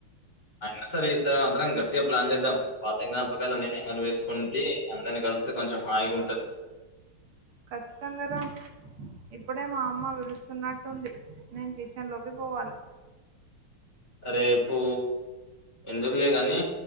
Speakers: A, on the left (about 30°); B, on the right (about 80°).
A: అయినా సరే ఈ సై <unintelligible> అందరం గట్టిగ ప్లాన్ జేద్దాం పాత జ్ఞాపకాలు పకాలు అన్ని నిమరు వేసుకుంటీ అందరిని కలిసి కొంచెం హాయిగ ఉంటది
B: ఖచ్చితంగ రా ఇప్పుడే మా అమ్మ విలుస్సున్నట్టుంది నేను కిచెన్ లోకి పోవాలి
A: రేపూ ఎందుకులే గాని